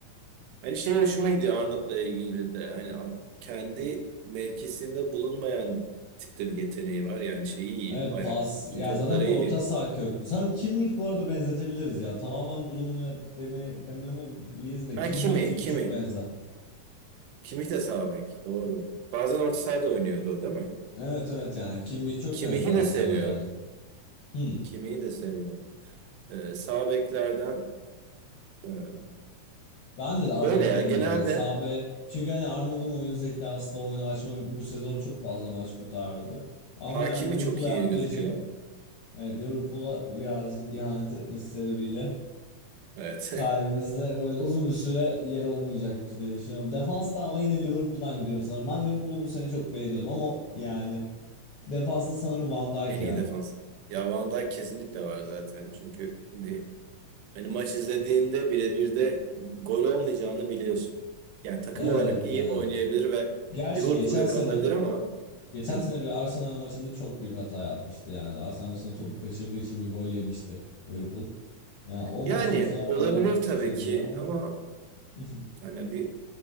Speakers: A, on the right; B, on the left.
A: hani şey hoşuma gidiyor Arnold'la ilgili de hani a- kendi mevkisinde bulunmayan tipte bir yeteneği var. Yani şeyi iyi.
B: Evet
A: Ayak
B: pas.
A: uzun
B: Yani
A: topları
B: zaten bir
A: iyi.
B: orta saha köklü. Sanırım Kimmich bu arada benzetebiliriz ya. Tamamen bulunmuyor deme, dememeliyiz de
A: Ha
B: Kimmich
A: kimi
B: çünkü
A: kimi.
B: çok benzer.
A: Kimih de sağ bek. Doğru. Bazen orta sahada oynuyordu o değil mi?
B: Evet evet yani Kimmich çok
A: Kimih'i
B: benzer
A: de
B: aslında
A: seviyorum.
B: oyun tarzı. Hmm.
A: Kimih'i de seviyorum. Ee, sağ beklerden e,
B: Ben de, de Arnold
A: böyle ya
B: derim
A: genelde
B: bu arada. Sağ bek. Çünkü hani Arnold'un oyun zekasında oyunu açma bu sezon çok fazla maç kurtardı. Ama
A: Hakimi
B: yani Liverpool'a
A: çok
B: yaptığı
A: iyi gözüküyor.
B: şey evet Liverpool'a birazcık ihanet etmesi sebebiyle
A: Evet.
B: kalbimizde
A: <laughs>
B: böyle uzun bir süre yer olmayacaktır diye düşünüyorum. Defansta ama yine Liverpool'dan gidiyorum sanırım. Ben Liverpool'u bu sene çok beğeniyordum ama yani defansta sanırım Van
A: En
B: Dijk ya.
A: iyi defans. Ya Van Dijk kesinlikle var zaten. Çünkü bir hani maç izlediğinde birebir de gol olmayacağını biliyorsun. Yani takım
B: Evet
A: olarak iyi
B: yani.
A: oynayabilir ve
B: Gerçi
A: Liverpool
B: geçen
A: yakalanabilir
B: sene
A: ama
B: Geçen
A: hı,
B: sene bir Arsenal maçında çok büyük hata yapmıştı yani. Arsenal maçında topu
A: hı.
B: kaçırdığı için bir gol yemişti Liverpool. Yani o
A: yani
B: maç mesela o
A: olabilir
B: kadar
A: tabii
B: şey
A: ki
B: değil ama.
A: ama
B: <laughs>
A: hani bir